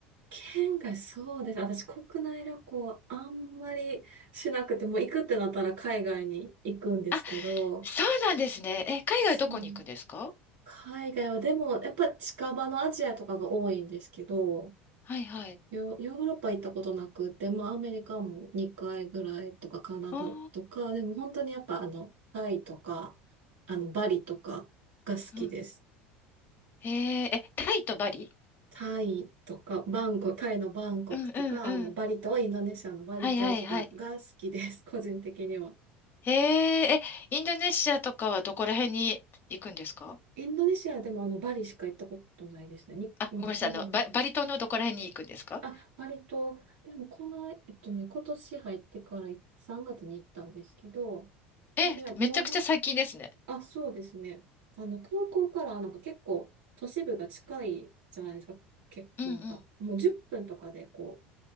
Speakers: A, on the right (about 60°); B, on the left (about 35°).
A: 県外、そうです。私、国内旅行はあんまりしなくて、もう行くってなったら海外に行くんですけど、
B: あ、そうなんですね。え、海外どこに行くんですか
A: そう。海外は、でも、やっぱ近場のアジアとかが多いんですけど、
B: はいはい。
A: ヨ、ヨーロッパ行ったことなくて、まあアメリカも2回ぐらいとかカナダとか、
B: おー、
A: でも本当にやっぱあの、タイとか、あの、バリとかが好きです。
B: うん。へえ、え、タイとバリ
A: タイとか、バンコク、タイのバンコクとか、
B: うんうんうん。
A: あの、バリ島、インドネシアのバリ島とかが好きです、
B: はいはいはい。
A: 個人的には。
B: へえ、え、インドネシアとかはどこら辺に行くんですか
A: インドネシアでもあの、バリしか行ったことないですね。に、
B: あ、
A: うん、
B: ごめんなさい。
A: バリ、
B: あの、バ、バリ島のどこら辺に行くんですか
A: あ、バリ島、でもこの、えっとね、今年入ってから3月に行ったんですけど、それはもうほ
B: え、めちゃくちゃ最近ですね。
A: あ、そうですね。あの、空港からなんか結構都市部が近いじゃないですか。結構なんか、
B: うんうん。
A: もう10分とかでこ